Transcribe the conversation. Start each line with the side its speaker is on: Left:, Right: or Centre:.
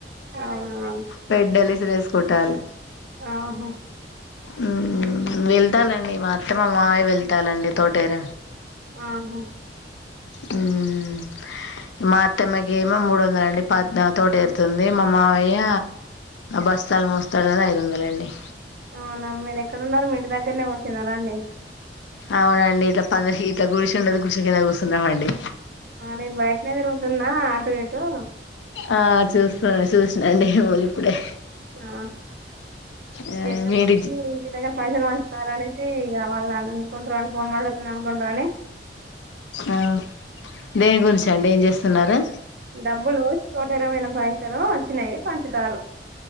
Right: అవునా
Left: పెడలి ఇసిరేస్ సుకుంటాలు
Right: ఆహా
Left: ఉం వెళ్తానండి మా అత్తమ్మ మావయ్య వెళ్తాలండి తోటేర
Right: ఆహా
Left: ఉమ్ మా అత్తమ్మకి ఏమో మూడు వందల అండి పద్నా తోట ఎతుంది మా మావయ్య బస్తాలు మోస్తాడు కదా ఐదు వందల అండి
Right: అవునా మీరు ఎక్కడున్నారు మీంటి దగ్గరనే వచ్చన్నారాండి
Left: అవునండి ఇట్లా ప ఇట్లా గురిచ ఉండది గురిచ కింద కూర్స్తున్నాం అండి
Right: నేను బయటనే తిరుగుతున్నా అటు ఇటు
Left: ఆ చూస్తాను చూసినాండి మలు ఇప్పుడే
Right: ఆ
Left: ఆ
Right: ఎన్న
Left: మీరు
Right: ఇంటి దగ్గర పైసలు వంచుతారు అనేసి ఇగ వాళ్ళ అకకుంట్ర రాని ఫోన్ట్లత్ అకంట్రని
Left: ఆ దేని గురించ అండి ఏం చేస్తా తున్నారు
Right: డబ్బులు తూట తెరపైన పైసలు వచ్చినాయి పంచుతారు